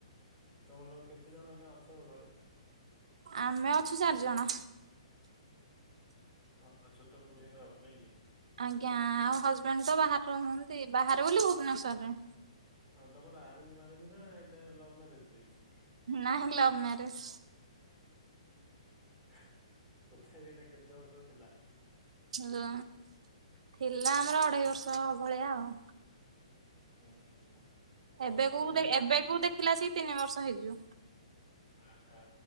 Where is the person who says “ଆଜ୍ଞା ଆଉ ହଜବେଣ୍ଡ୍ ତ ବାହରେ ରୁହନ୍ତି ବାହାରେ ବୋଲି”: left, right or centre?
Right